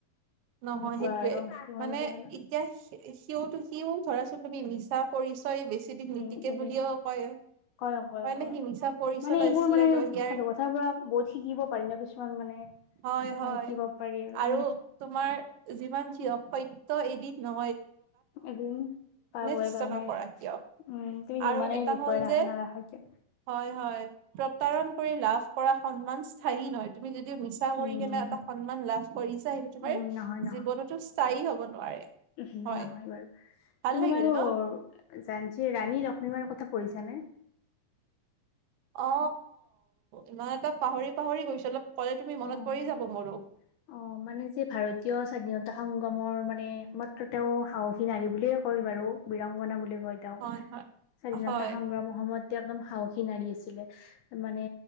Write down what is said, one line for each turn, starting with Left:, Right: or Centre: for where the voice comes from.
Right: নহয়
Left: তেনেকুৱা
Right: সেইটোয়ে,
Left: আৰু কিমান
Right: মানে
Left: যি হলেও
Right: এতিয়া সিওটো সিও ধৰাচোন তুমি মিছা পৰিচয় বেছি দিন নীতিকে
Left: উম উম
Right: বুলিও কয়।
Left: কয় কয়
Right: হয়
Left: কয়,
Right: নে সি মিছা পৰিচয়ত
Left: মানে
Right: আছিলে
Left: এইবোৰ মানে
Right: ত'
Left: সেইটো
Right: ইয়াৰ
Left: কথাৰ পৰা বহুত শিকিব পাৰিম ন কিছুমান মানে।
Right: হয়
Left: কথা
Right: হয়,
Left: শিকিব পাৰি
Right: আৰু
Left: মানে
Right: তোমাৰ যিমান যি অসত্য এদিন ন
Left: এদিন পাবই
Right: চেষ্টা
Left: পাবই।
Right: নকৰা কিয়
Left: উম তুমি
Right: আৰু
Left: যিমানেই
Right: এটা
Left: লুকুৱাই
Right: হ'ল
Left: ৰখা
Right: যে
Left: নাৰাখা কিয়
Right: হয় হয় প্ৰতাৰণ কৰি লাভ কৰা সন্মান স্থায়ী নহয় তুমি যদি মিচা কৰি
Left: উম
Right: কেনে এটা সন্মান লাভ কৰিছা সেইটো তোমাৰ
Left: উম নহয়
Right: জীৱনতো স্থায়ী হব নোৱাৰে।
Left: উম
Right: হয়
Left: নহয় বাৰু,
Right: ভাল
Left: তুমি
Right: লাগিল
Left: বাৰু
Right: ন
Left: জাঞ্চী ৰাণী লক্ষ্মী মাৰৰ কথা পঢ়িছানে?
Right: অ ইমান এটা পাহৰি পাহৰি গৈছো অলপ কলে তুমি মনত
Left: অ
Right: পৰি যাব মোৰো।
Left: অ মানে যে ভাৰতীয় স্বাধীনতা সংগমৰ মানে মাত্ৰ তেওঁ সাহসী নাৰী বুলিয়ে কয় বাৰু বিৰংগনা বুলি কয় তেওঁ,
Right: হয় হয়
Left: স্বাধীনতা
Right: হয়
Left: সংগ্ৰামৰ সময়ত এ একদম সাহসী নাৰী আছিলে, মানে